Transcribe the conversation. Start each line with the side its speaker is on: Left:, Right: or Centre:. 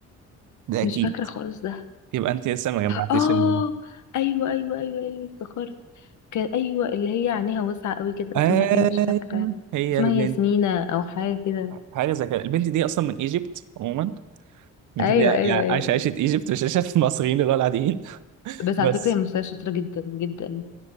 Right: ده اكيد
Left: مش فاكره خالص ده
Right: يبقى انت لسه ما جمعتيش
Left: اه
Right: الموضوع
Left: ايوه ايوه ايوه ايوه افتكرت كان ايوه اللي هي عينيها واسعه قوي كده
Right: ايوه
Left: اسمها ايه مش فاكره
Right: هي
Left: اسمها
Right: البنت
Left: ياسمينة او حاجه كده
Right: حاجه زي كده البنت دي اصلا من ايجيبت عموما من
Left: ايوه
Right: اللي هي
Left: ايوه
Right: يعني
Left: ايوه
Right: عايشه عيشه ايجيبت مش عيشه المصريين اللي هو العاديين
Left: بس
Right: بس
Left: على فكرة هي ممثلة شاطرة جدا جدا